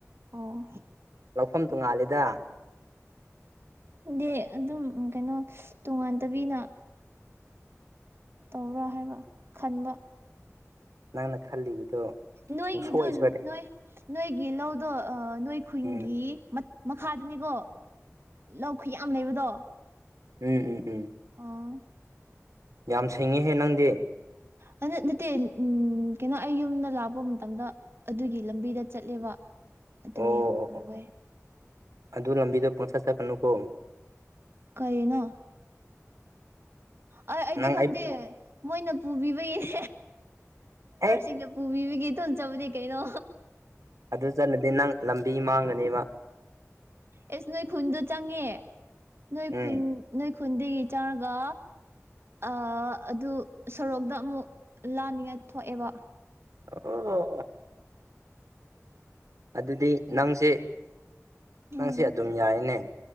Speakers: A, on the right; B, on the right.
A: ꯑꯣ
B: ꯂꯧꯐꯝ ꯇꯣꯡꯉꯥꯜꯂꯤꯗ
A: ꯗꯦ ꯑꯗꯨꯝ ꯀꯩꯅꯣ ꯇꯣꯉꯥꯟꯗꯕꯤꯅ ꯇꯧꯕ꯭ꯔꯥ ꯍꯥꯏꯕ ꯈꯟꯕ
B: ꯅꯪꯅ ꯈꯜꯂꯤꯕꯗꯣ
A: ꯅꯣꯏꯒꯤꯗꯣ
B: ꯄꯨꯡꯁꯣꯏ ꯁꯣꯏꯔꯦ
A: ꯅꯣꯏ ꯅꯣꯏꯒꯤ ꯂꯧꯗꯣ ꯑ ꯅꯣꯏ ꯈꯨꯟꯒꯤ‌
B: ꯎꯝ
A: ꯃꯠ ꯃꯈꯥꯗꯨꯅꯤꯀꯣ ꯂꯧ ꯈꯨꯌꯥꯝ ꯂꯩꯕꯗꯣ
B: ꯎꯝ ꯎꯝ ꯎꯝ
A: ꯑꯣ
B: ꯌꯥꯝ ꯁꯤꯡꯉꯤꯍꯦ ꯅꯪꯗꯤ
A: ꯍꯟꯗꯠ ꯅꯠꯇꯦ ꯎꯝ ꯀꯩꯅꯣ ꯑꯩ ꯌꯨꯝꯗ ꯂꯥꯛꯄ ꯃꯇꯝꯗ ꯑꯗꯨꯒꯤ ꯂꯝꯕꯤꯗ ꯆꯠꯂꯦꯕ ꯑꯗꯨꯒꯤ
B: ꯑꯣ
A: ꯎ
B: ꯑꯣ ꯑꯣ
A: ꯎꯋꯦ
B: ꯑꯗꯨ ꯂꯝꯕꯤꯗ ꯄꯣꯟꯆꯠ ꯆꯠꯀꯅꯨꯀꯣ
A: ꯀꯩꯅꯣ ꯑꯥꯏ ꯑꯩꯗꯤ
B: ꯅꯪ
A: ꯈꯪꯗꯦ
B: ꯑꯩ
A: ꯃꯣꯏꯅ ꯄꯨꯕꯤꯕꯒꯤꯅꯦ
B: ꯑꯦ
A: ꯁꯤꯡꯗ ꯄꯨꯕꯤꯕꯒꯤ ꯑꯗꯨꯝ ꯆꯠꯄꯅꯤ ꯀꯩꯅꯣ
B: ꯑꯗꯨ ꯆꯠꯂꯗꯤ ꯅꯪ ꯂꯝꯕꯤ ꯃꯥꯡꯒꯅꯦꯕ
A: ꯑꯦꯁ ꯅꯣꯏ ꯈꯨꯟꯗꯣ ꯆꯪꯉꯦ ꯅꯣꯏ
B: ꯎꯝ
A: ꯈꯨꯟ ꯅꯣꯏ ꯈꯨꯟꯗꯒꯤ ꯆꯥꯔꯒ ꯑ ꯑꯗꯨ ꯁꯣꯔꯣꯛꯗ ꯑꯃꯨꯛ ꯂꯥꯅꯤꯡꯉꯥꯏ ꯊꯣꯛꯑꯦꯕ
B: ꯑꯣ ꯑꯣ ꯑꯣ ꯑꯗꯨꯗꯤ ꯅꯪꯁꯦ
A: ꯎꯝ
B: ꯅꯪꯁꯦ ꯑꯗꯨꯝ ꯌꯥꯏꯅꯦ